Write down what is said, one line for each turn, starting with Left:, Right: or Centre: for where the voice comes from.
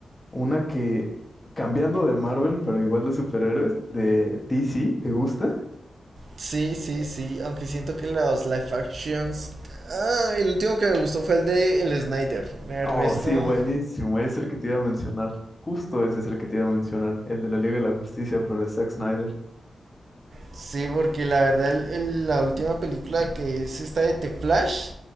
Left: una que, cambiando de Marvel, pero igual de superhéroes, de DC, ¿te gusta?
Right: Sí, sí, sí, aunque siento que los live actions... Ah, el último que me gustó fue el de el Snyder. El
Left: Oh,
Right: resto...
Left: sí, buenísimo, es el que te iba a mencionar. Justo ese es el que te iba a mencionar, el de la Liga de la Justicia, pero de Zack Snyder.
Right: Sí, porque la verdad el- el- la última película que es esta de The Flash,